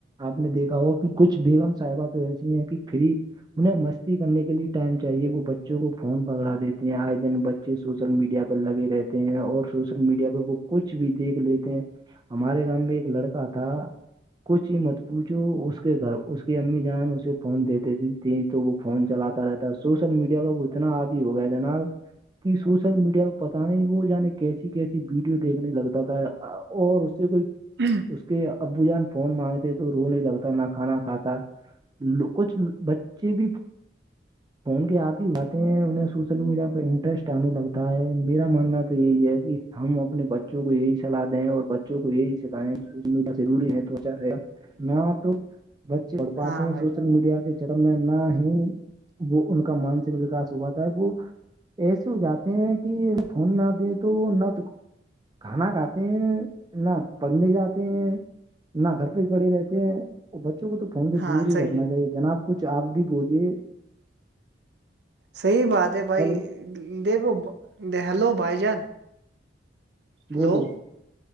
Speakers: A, on the right; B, on the right.
A: آپ نے دیکھا ہوا کہ کچھ بیگم صاحبات تو ایسی ہیں کہ فری انہیں مستی کرنے کے لیے ٹائم چاہیے وہ بچوں کو فون پکڑا دیتے آئے دن بچے سوشل میڈیا پر لگے رہتے ہیں اور سوشل میڈیا پر وہ کچھ بھی دیکھ لیتے ہیں ہمارے گاؤ میں ایک لڑکا تھا کچھ ہی مت پوچھو اس کے گھر اس کی امی جان اسے فون دیتے تھی ت تو وہ فون چلاتا رہتا ہے سوشل میڈیا کا وہ اتنا آدی ہو گیا جناب سوشل میڈیا پت نہیں وہ جعے کیسی کیسی ویڈیو دیکھنے لگتا تھا اور اس سے کوئی
B: ہوں
A: اس کے ابو جان فون مانگتے تو روح نہیں لگتا نہ کھانا کھاتا کچھ بچے بھی فون کے آتی ہو آتے ہیں انہیں سوشل میڈیا پہ انٹرسٹ آنے لگتا ہے میرا ماننا تو یہی ہے کہ ہم اپنے بچوں کو یہی صلاح دیں اور ب کو یہی سکھیں ضروری ہے توا رہے گا نہ تو بچے پڑھات
B: ہاں
A: ہیں
B: بھائی
A: سوشل
B: جان،
A: میڈیا کے چکر میں نہ ہی وہ ان کا مانسک وکاس ہوا تھا ہے وہ ایسے ہو جاتے ہیں کہ فون نہ دیں تو نہ تو کھانا کھاتے ہیں نہ پڑھنے جاتے ہیں نہ گھر پہ ہی پڑھے رہتے ہیں وہ بچوں کو تو فن سے
B: ہاں
A: دور ہی
B: صحیح
A: رکھنا چاہیے جناب کچھ آپ بھی بولیے
B: صحی بات ہے بھائی
A: ہلو
B: دیکھو ہلو بھائی جان
A: بولی
B: ہلو